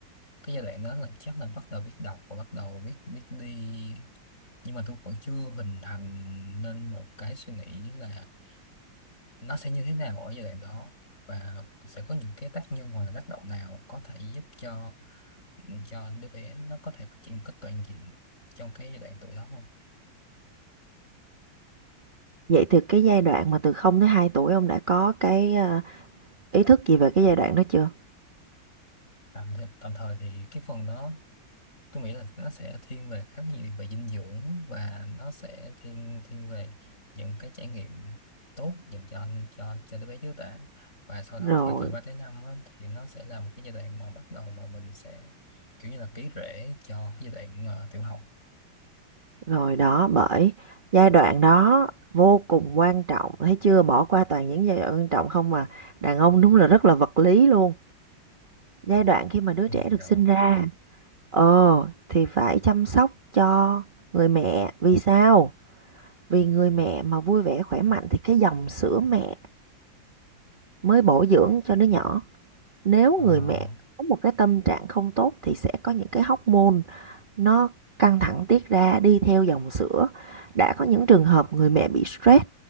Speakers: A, on the left (about 35°); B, on the right (about 30°).
A: cái giai đoạn đó là chắc là bắt đầu biết đọc và bắt đầu biết biết đi nhưng mà tôi vẫn chưa hình thành nên một cái suy nghĩ là nó sẽ như thế nào ở giai đoạn đó và sẽ có những cái tác nhân hoặc là tác động nào có thể giúp cho cho đứa bé nó có thể phát triển một cách toàn diện trong cái giai đoạn tuổi đó không
B: vậy thì cái giai đoạn mà từ không tới 2 tuổi ông đã có cái ờ, ý thức gì về cái giai đoạn đó chưa
A: tạm thời, tạm thời thì cái phần đó tôi nghĩ là nó sẽ thiên về khá nhiều về dinh dưỡng và nó sẽ thiên thiên về những cái trải nghiệm tốt dành cho anh cho cho đứa bé trước đã và sau đó
B: rồi
A: thì từ 3 đến 5 á, thì nó sẽ là một cái giai đoạn mà bắt đầu mà mình sẽ kiểu như là ký rễ cho cái giai đoạn ờ, tiểu học
B: Rồi đó, bởi giai đoạn đó vô cùng quan trọng, thấy chưa? Bỏ qua toàn những giai đoạn quan trọng không mà đàn ông đúng là rất là vật lý luôn. Giai đoạn khi mà đứa
A: của
B: trẻ
A: phụ
B: được
A: nữ
B: sinh ra, ờ thì phải chăm sóc cho người mẹ. Vì sao? Vì người mẹ mà vui vẻ khỏe mạnh thì cái dòng sữa mẹ mới bổ dưỡng cho đứa nhỏ. Nếu
A: ờ,
B: người mẹ có một cái tâm trạng không tốt thì sẽ có những cái hormone nó căng thẳng tiết ra đi theo dòng sữa. Đã có những trường hợp người mẹ bị stress